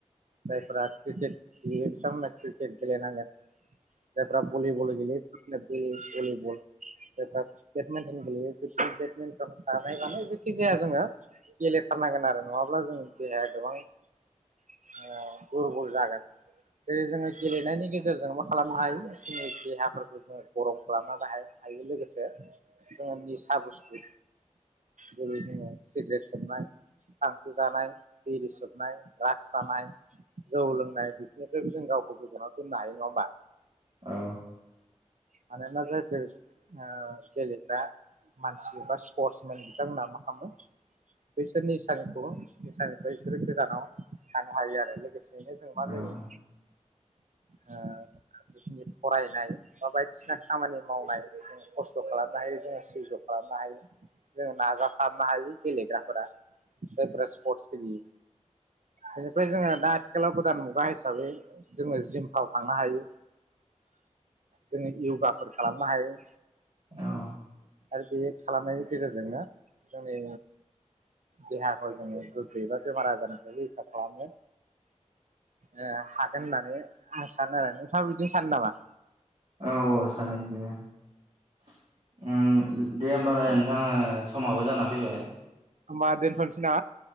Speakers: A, on the right (about 85°); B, on the right (about 55°).
A: जायफ्रा क्रिकेट गेलेयो बिथांमोना क्रिकेट गेलेनांगोन जायफ्रा भलिबल गेलेयो होनदों गेले भलिबल जेबला बेदमेन्टन गेलेयो जुदि बेदमेन्टन थानाय बानाय जेखि जाया जोङो गेलेथारनांगोन आरो नङाब्ला जों देहाया गोबां औ दुरबल जागोन जेरै जोङो गेलेनायनि गेजेरजों मा खालामनो हायो। जोंनि देहाफोरखौ जोङो गरम खालामनानै हायो हायो लोगोसे जोङो निसा बुसथु जेरै जोङो सिग्रेट सोबनाय थांखु जानाय बिरि सोबनाय द्राग्स जानाय जौ लोंनाय बेफोरनिफ्रायबो जों गाव गावखौ गोजानाव दोननो हायो नङा होमबा?
B: औ
A: मानोना जायफोर ओ गेलेग्रा मानसि बा स्पर्टसमेन बिथांमोनहा मा खालामो? बिसोर निसानिखौ निसानिफ्राय बिसोरो गोजानाव थानो हायो आरो लोगोसे ओंखायनो जों मा
B: औ
A: जायो ओ जिखिनि फरायनाय बा बायदि सिना खामानि मावनाय जों खस्थ' खालामनो हायो जोङो सैज' खालामनो हायो। जोङो नाजासारनो हायो गेलेग्राफोरा जायफोरा स्पर्टस गेलेयो।
B: <inaudible>
A: बेनिफ्राय जोङो दा आथिखालाव गोदान मुगा हिसाबै जोङो जिमफ्राव थांनो हायो।
B: <inaudible>
A: जोङो युवगाफोर खालामनो हायो।
B: औ
A: आरो बे खालामनायनि गेजेरजोंनो जोंनि देहाखौ जोङो गोग्गो एबा बेमार आजारनिफ्राय रैखा खालामो। ए हागोन होननानै आं सानो आरो नोंथाङा बिदिनो सानो नामा?
B: औ औ सानो बिदिनो दे होमबालाय
A: औ
B: नोंथाङा समाबो जाना फैबाय।
A: होमबा दोनथ'नोसै ना